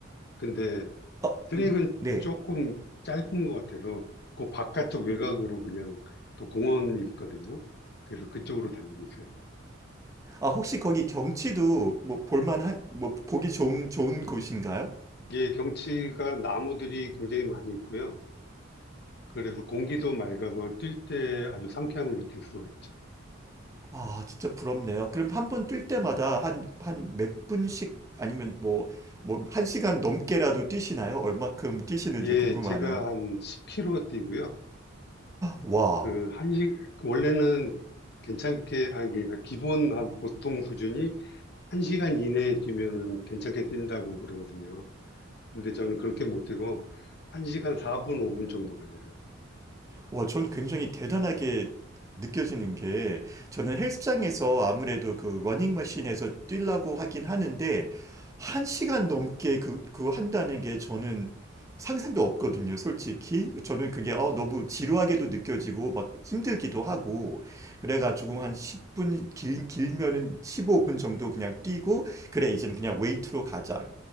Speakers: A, on the left; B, on the right.
A: 근데
B: 어,
A: 트랙은
B: 네.
A: 조금 짧은 것 같아서 그 바깥쪽 외곽으로 그냥 또 공원이 있거든요. 그래서 그쪽으로 달리고 있어요.
B: 아, 혹시 거기 경치도 뭐 볼만한, 뭐 보기 좋은, 좋은 곳인가요?
A: 이게 경치가 나무들이 굉장히 많이 있고요. 그래서 공기도 맑아서 뛸 때 아주 상쾌함을 느낄 수가 있죠.
B: 아, 진짜 부럽네요. 그럼 한 번 뛸 때마다 한, 한 몇 분씩 아니면 뭐, 뭐, 한 시간 넘게라도 뛰시나요? 얼마큼 뛰시는지
A: 예,
B: 궁금하네요.
A: 제가 한 10km 뛰고요.
B: 와,
A: 그, 한 시, 원래는 괜찮게, 아니, 그러니까 기본 한 보통 수준이 1시간 이내에 뛰면은 괜찮게 뛴다고 그러거든요. 근데 저는 그렇게 못 뛰고 1시간 4분, 5분 정도 걸려요.
B: 와, 전 굉장히 대단하게 느껴지는 게 저는 헬스장에서 아무래도 그 러닝머신에서 뛰려고 하긴 하는데 한 시간 넘게 그, 그거 한다는 게 저는 상상도 없거든요, 솔직히. 저는 그게 어, 너무 지루하게도 느껴지고 막 힘들기도 하고 그래가지고 한 10분 길, 길면은 15분 정도 그냥 뛰고 그래 이제는 그냥 웨이트로 가자.